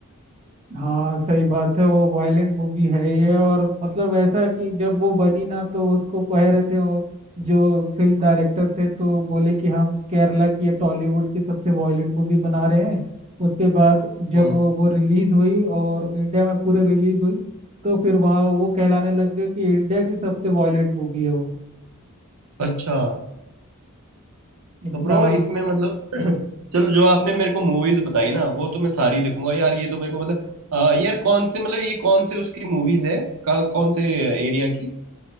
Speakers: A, on the right; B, on the right.
A: हाँ सही बात है वो वायलेंट मूवी है ही है और मतलब ऐसा कि जब वो बनी ना तो उसको कह रहे थे वो जो फिल्म डायरेक्टर थे तो बोले कि हम केरला की या टॉलीवुड की सबसे वायलेंट मूवी बना रहे हैं उसके बाद जब
B: हम्म
A: वो वो रिलीज हुई और इंडिया में पूरे रिलीज हुई तो फिर वहाँ वो कहलाने लग गए कि इंडिया की सबसे वायलेंट मूवी है वो
B: अच्छा
A: इतना
B: तो ब्रो इसमें मतलब <clears throat> चलो जो आपने मेरे को मूवीज बताई ना वो तो मैं सारी देखूंगा यार ये तो मेरे को मतलब अ, यार कौन से मतलब ये कौन से उसकी मूवीज है का, कौन से एरिया की